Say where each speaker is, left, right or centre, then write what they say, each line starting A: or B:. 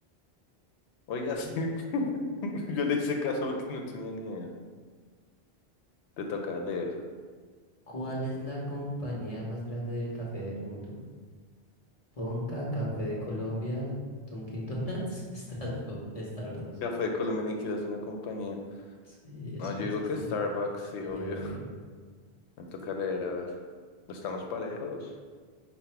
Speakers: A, on the left; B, on the left.
A: Oiga, sí.
B: eh,
A: <laughs> Yo le hice caso porque no tenía ni idea. Te toca leer.
B: ¿cuál es la compañía más grande del café del mundo? Ponca, Café de Colombia, Dunkin' Donuts, <laughs> Strasbo- Starbucks.
A: Café de Colombia ni quieres una compañía.
B: Sí, eso
A: No, yo
B: no existe.
A: digo que Starbucks, sí, obvio.
B: Sí, obvio.
A: <laughs> Me toca leer, a ver. Estamos parejos.